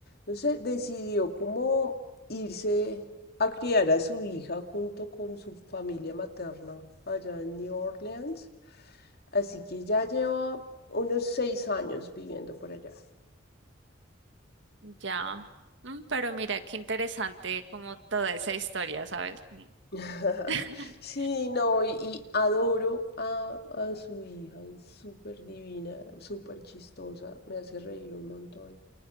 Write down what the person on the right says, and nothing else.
ya. Mm, pero mira, qué interesante como toda esa historia, ¿sabes?
<laughs>